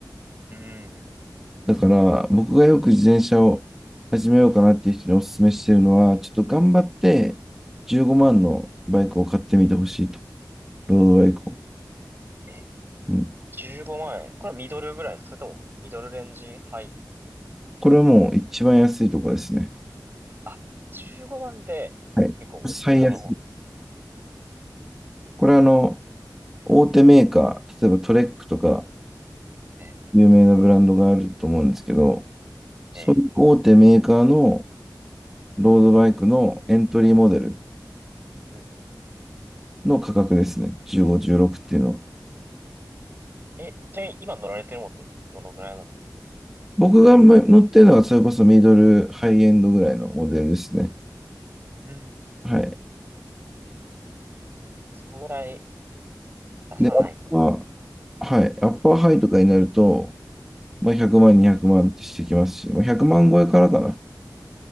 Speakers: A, on the right; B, in the centre.
A: うーん。
B: だから僕がよく自転車を始めようかなっていう人にお勧めしてるのは、ちょっと頑張って15万のバイクを買ってみてほしいと。ロードバイクを。
A: ええ
B: うん。
A: 15万円。これはミドルぐらいですかそれともミドルレンジハイ。
B: これはもう一番安いとこですね。
A: あ、15万で結構お手頃な方なんです
B: はい。最安。これはあの、大手メーカー、例えばトレックとか
A: ね。
B: 有名なブランドがあると思うんですけど、そういう大手メーカーの
A: ええ
B: ロードバイクのエントリーモデル
A: うん。
B: の価格ですね。15、16っていうのは。
A: え、ちなみに今乗られてるものってどのぐらいなんですか
B: 僕が乗ってるのがそれこそミドル、ハイエンドぐらいのモデルですね。
A: うん。
B: はい。
A: そのぐらい出さないとなんですね。
B: で、アッパー、はい。アッパーハイとかになると、まあ、100万、200万ってしてきますし、まあ、100万超えからかな。